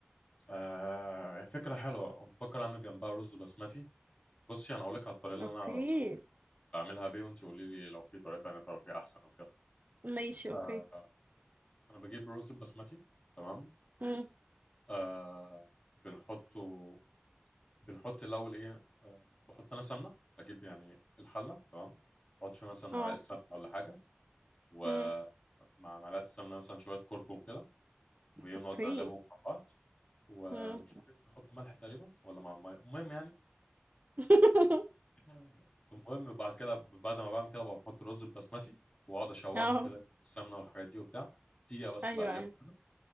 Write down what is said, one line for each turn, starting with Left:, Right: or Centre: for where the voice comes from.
Left: آه فكره حلوه بفكر اعمل جنبها رز بسمتي بصي انا اقول لك على الطريقه اللي
Right: اوكي
Left: انا بعملها بيه وانت قولي لي لو في طريقه تانيه تعرفيها احسن او كده
Right: ماشي اوكي
Left: آه انا بجيب رز بسمتي تمام
Right: مم.
Left: آه بنحطه بنحط الاول ايه آه، بحط انا سمنه بجيب يعني الحله تمام بحط فيها مثلا معلقه
Right: اه
Left: سمنه ولا حاجه ومع
Right: مم.
Left: معلقه السمنه مثلا شويه كركم كده وايه نقعد
Right: اوكي
Left: نقلبهم مع بعض ومش
Right: مم.
Left: فاكر بحط ملح تقريبا ولا مع الميه المهم يعني
Right: <laughs>
Left: <laughs> المهم وبعد كده بعد ما بعمل كده بحط الرز البسمتي واقعد اشوحه
Right: اه
Left: كده في السمنه والحاجات دي وبتاع دقيقه بس
Right: ايوه
Left: بقلبه
Right: ايوه
Left: كده